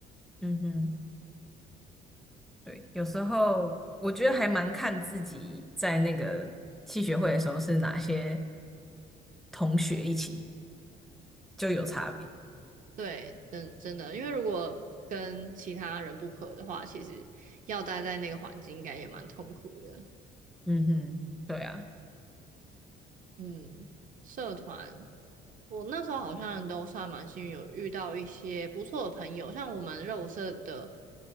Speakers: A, in the centre; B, on the right (about 50°).
A: 嗯哼。对，有时候我觉得还蛮看自己在那个系学会的时候是哪些同学一起，就有差别。
B: 对，真真的，因为如果跟其他人不合的话，其实要待在那个环境应该也蛮痛苦的。
A: 嗯哼，对啊，
B: 嗯，社团，我那时候好像都算蛮幸运，有遇到一些不错的朋友，像我们肉舞社的